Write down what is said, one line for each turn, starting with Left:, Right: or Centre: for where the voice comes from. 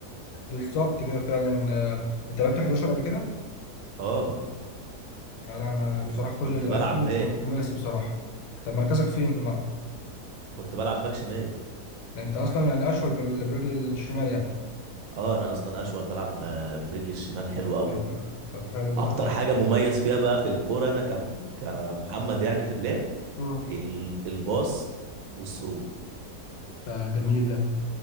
Left: بالظبط كده فعلا آه، انت لعبت 11 قبل كده
Right: اه
Left: لا انا
Right: وكنت
Left: بصراحه كل اللي
Right: بلعب
Left: لعبته
Right: باك
Left: كان خماسي بصراحه طب مركزك فين في الملعب؟
Right: كنت بلعب باك شمال
Left: ده انت اصلا يعني اشول بال- برجل الشمال يعني
Right: اه انا اصلا اشول بلعب ب- برجلي الشمال حلو قوي
Left: ايوه طب حلو
Right: اكتر
Left: ده
Right: حاجه مميز فيها بقى في الكوره انا كم كمحمد يعني في اللعب
Left: اه
Right: ال- الباص والثرو
Left: ده جميل ده